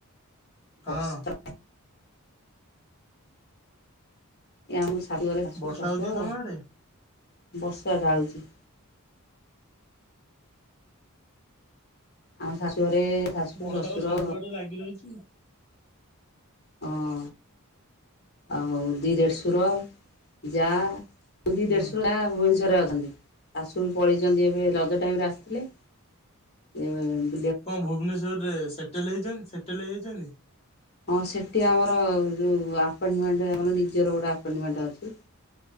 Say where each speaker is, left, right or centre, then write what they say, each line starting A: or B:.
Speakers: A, on the left; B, on the left.
A: ବର୍ଷା
B: ହଁ
A: <inaudible> ଏ ଆମ ଶାଶୁ ଘରେ ଶାଶୁ
B: ବର୍ଷା
A: ଶଶୁର
B: ହଉଛି ତମ ଆଡେ?
A: ବର୍ଷା ଢାଳୁଛି। ଆମ ଶାଶୁ ଘରେ ଶାଶୁ
B: ବର୍ଷା
A: ଶଶୁର।
B: ତ ସବୁଆଡେ ଲାଗି ରହିଛି।
A: ହଁ ଆଉ ଦି ଦେଢ଼ସୁର ଯା। ଦି ଦେଢସୂର୍
B: ହଁ
A: ଯା ଭୁବନେଶ୍ୱର ରେ ଅ ଛନ୍ତି ଶାଶୁ ପଳେଇଛନ୍ତି ଏବେ ରଜ ଟାଇମ ରେ ଆସିଥିଲେ ସେଇ। <unintelligible>
B: କଣ ଭୁବନେଶ୍ୱରରେ ସେଟେଲ ହେଇଛନ୍ତି ସେଟେଲ ହେଇଯାଇଛନ୍ତି।
A: ହଁ ସେଠି ଆମର ଯଉ ଆପାଟମେଣ୍ଟ ଆମର ନିଜର ଗୋଟେ ଆପାଟମେଣ୍ଟ ଅଛି।